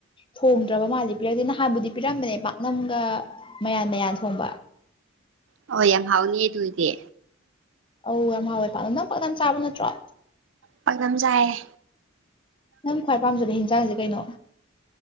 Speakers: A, on the left; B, on the right.
A: ꯊꯣꯡꯗ꯭ꯔꯕ ꯃꯥꯜꯜꯂꯤ ꯄꯤꯔꯛꯇꯦ ꯅꯍꯥꯟꯕꯨꯗꯤ ꯄꯤꯔꯝꯕꯅꯦ ꯄꯥꯛꯅꯝꯒ ꯃꯌꯥꯟ ꯃꯌꯥꯟ ꯊꯣꯡꯕ
B: ꯍ ꯌꯥꯝ ꯍꯥꯎꯅꯤ ꯑꯗꯨꯏꯗꯤ
A: ꯑꯧ ꯌꯥꯝ ꯍꯥꯎꯋꯦ ꯄꯥꯛꯅꯝ ꯅꯪ ꯄꯥꯛꯅꯝ ꯆꯥꯕ ꯅꯠꯇ꯭ꯔꯣ
B: ꯄꯝꯖꯥꯏꯌꯦꯦ
A: ꯅꯪ ꯈ꯭ꯋꯥꯏ ꯄꯥꯝꯖꯕ ꯍꯟꯁꯥꯡꯁꯦ ꯀꯩꯅꯣ